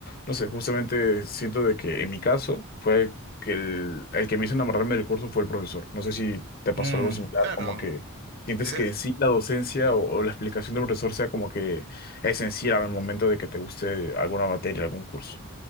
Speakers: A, on the left; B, on the right.
A: no sé, justamente siento de que en mi caso fue que el, el que me hizo enamorarme del curso fue el profesor. No sé si te
B: Mm,
A: pasó algo similar,
B: claro.
A: como que sientes
B: Eh,
A: que sí, la docencia o, o la explicación del profesor sea como que esencial al momento de que te guste alguna materia, algún curso.